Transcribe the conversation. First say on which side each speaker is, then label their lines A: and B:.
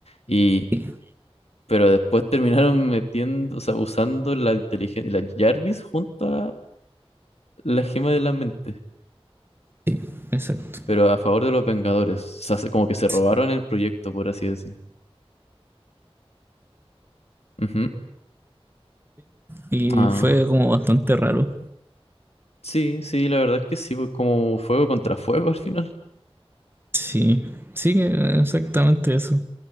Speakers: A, on the left; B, on the right.
A: y
B: Sí,
A: Pero después terminaron metiendo, o sea, usando la inteligencia, la Jarvis junto a la gema de la mente,
B: sí, exacto.
A: pero a favor de los Vengadores. O sea, se- como que se robaron
B: Sí.
A: el proyecto, por así decir. Ujú.
B: Y
A: Ah,
B: fue como bastante raro.
A: sí, sí, la verdad es que sí, pues como fuego contra fuego al final.
B: Sí, sí, eh, exactamente eso.